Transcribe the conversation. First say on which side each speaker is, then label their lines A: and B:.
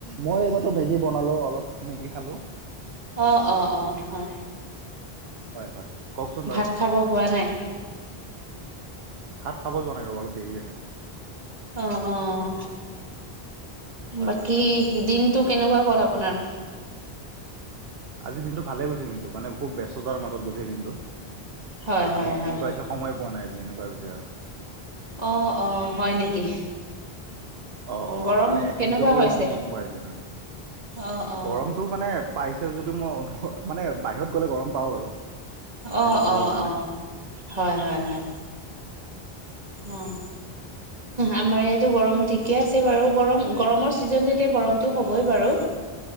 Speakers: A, on the right; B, on the right.
A: মই এইবাৰো ভেগী বনালো অলপ মেগী খালোঁ।
B: অঁ অঁ অঁ হয়।
A: হয় হয় হয়। কওকচোন বাৰু
B: ভাত খাব হোৱা নাই
A: ভাত খাব যোৱা নাই ৰব অলপ দেৰি আছে।
B: অঁ অঁ
A: হয়
B: বাকী দিনটো কেনেকুৱা কল আপোনাৰ
A: আজি দিনটো ভালে গৈছে কিন্তু মানে খুব ব্যস্ততাৰ মাজত গৈছে দিনটো।
B: হয়
A: মানে
B: হয় হয়
A: এনেকুৱা হৈছে সময় পোৱা নাই যে এনেকুৱা হৈছে আৰু
B: অঁ অঁ হয় নেকি?
A: অঁ অঁ
B: গৰম
A: মানে
B: কেনেকুৱা
A: নিজক লৈও
B: হৈছে
A: সময় নোহোৱা হৈছে মানে
B: অ অ
A: গৰমতটো মানে পাইছে যদি মই অনুভ মানে বাহিৰত গ'লে গৰম পাওঁ বাৰু বাহিৰত
B: অঁ
A: যাব
B: অঁ
A: পৰা
B: অঁ
A: নাই
B: হয় হয়। অঁ আমাৰ ইয়াত গৰম ঠিকে আছে বাৰু গৰম গৰমৰ ছিজন যেতিয়া গৰমতটো হ'বই বাৰু